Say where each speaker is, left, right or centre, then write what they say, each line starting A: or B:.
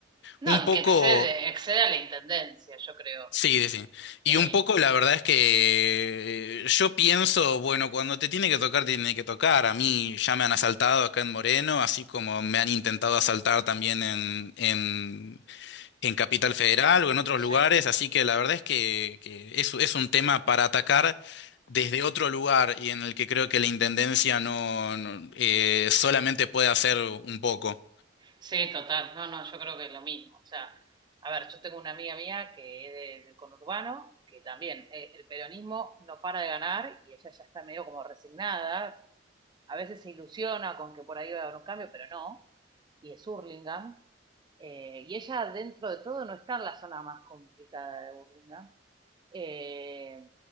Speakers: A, on the right (about 25°); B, on the left (about 65°).
A: No,
B: un poco,
A: y que excede, excede a la intendencia, yo creo,
B: sí, sí. sí.
A: eh,
B: Y un poco la verdad es que eh, yo pienso, bueno, cuando te tiene que tocar, te tiene que tocar. A mí ya me han asaltado acá en Moreno, así como me han intentado asaltar también en, en en Capital
A: en capital.
B: Federal o en otros
A: Sí,
B: lugares, así que la verdad es que, que es, es un tema para atacar desde otro lugar y en el que creo que la intendencia no, no, eh, solamente puede hacer un poco.
A: sí, total. No, no, yo creo que es lo mismo. O sea, a ver, yo tengo una amiga mía que es de- del conurbano, que también eh, el peronismo no para de ganar y ella ya está medio como resignada. A veces se ilusiona con que por ahí va a haber un cambio, pero no. Y es Hurlingham. Eh, y ella, dentro de todo, no está en la zona más complicada de Burlingame. Eh,